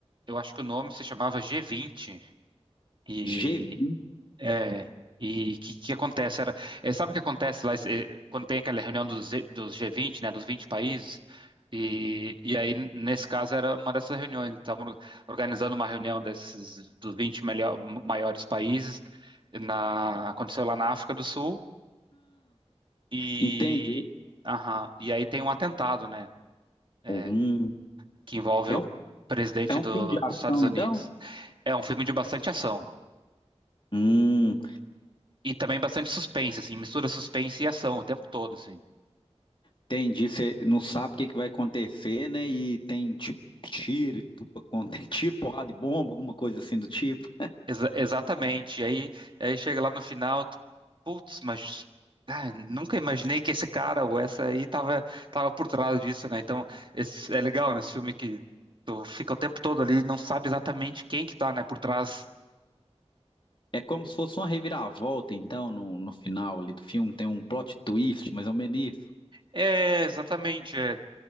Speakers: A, on the right; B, on the left.
A: eu acho que o nome se chamava g vinte e
B: G20,
A: é, e o que, que acontece? Era, é, sabe o que acontece lá, é, quando tem aquela reunião dos, Z- dos G20, né, dos 20 países? E, e aí, nesse caso, era uma dessas reuniões. Estavam organizando uma reunião desses, dos vinte melhor- maiores países. Na, aconteceu lá na África do Sul. E,
B: entendi.
A: aham, e aí tem um atentado, né, é,
B: Hum,
A: que envolve
B: é
A: o
B: um,
A: presidente
B: é um
A: do-
B: filme de
A: dos
B: ação,
A: Estados Unidos.
B: então?
A: É um filme de bastante ação.
B: Hum,
A: E também bastante suspense, assim, mistura suspense e ação o tempo todo, assim.
B: entendi. Você não sabe o que, que vai acontecer, né? E tem tipo tiro, e tudo acontece, <laughs> tiro, porrada e bomba, alguma coisa assim do tipo.
A: Exa- exatamente. Aí, aí chega lá no final, tu, putz, mas ah, nunca imaginei que esse cara ou essa aí tava, tava por trás disso, né? Então, esse, é legal nesse filme que tu fica o tempo todo ali e não sabe exatamente quem que tá, né, por trás.
B: É como se fosse uma reviravolta, então, no, no final ali do filme. Tem um plot twist, mas é um menis.
A: É, exatamente. é.